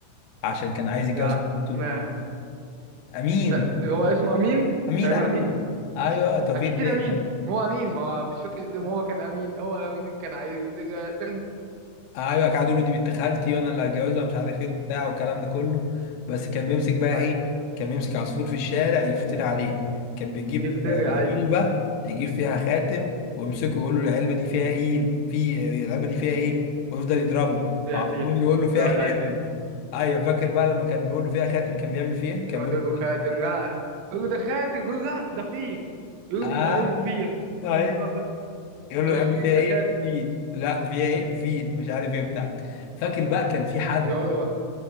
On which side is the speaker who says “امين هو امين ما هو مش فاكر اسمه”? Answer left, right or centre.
Right